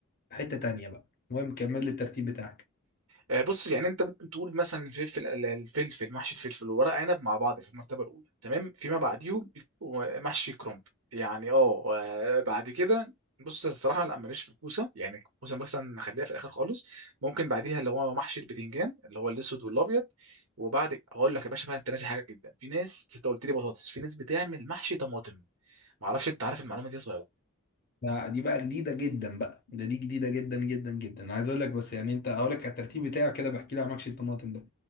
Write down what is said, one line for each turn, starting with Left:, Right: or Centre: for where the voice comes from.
Left: حته تانية بقى المهم كمل لي الترتيب بتاعك
Right: آه، بص يعني انت ممكن تقول مثلا الفلفل الفلفل محشي الفلفل وورق عنب مع بعض في المرتبه الاولى تمام فيما بعديهم محشي كرنب يعني اه آه، بعد كده بص الصراحه لا ماليش في الكوسه يعني الكوسه مثلا نخليها في الاخر خالص ممكن بعديها اللي هو محشي البتنجان اللي هو الاسود والابيض وبعد هقول لك يا باشا بقى انت ناسي حاجه جدا في ناس انت قلت لي بطاطس في ناس بتعمل محشي طماطم معرفش انت عارف المعلومه دي ولا لا
Left: لا دي بقى جديدة جدا بقى ده دي جديدة جدا جدا جدا انا عايز اقول لك بس يعني انت هقول لك على الترتيب بتاعي كده بحكي لك على محشي الطماطم ده